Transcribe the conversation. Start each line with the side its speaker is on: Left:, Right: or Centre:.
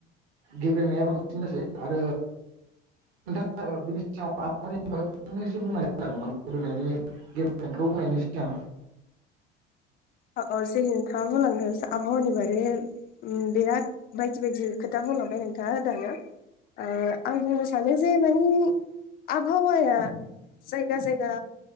Right: गेब्लेनाया बांसिन जासै आरो। <unintelligible> नोंथाङा बिनि सिगाङाव नामानायनि <unintelligible> गेबेनायखौ बुंनायनि सिगां
Left: औ औ जे नोंथाङा होनलांदों आबहावानि बारै उम बिराद बायदि खोथा बुंलांबाय नोंथाङा दानो ओ आं बुंनो सानो जे मानि आबहावाया जायगा जायगा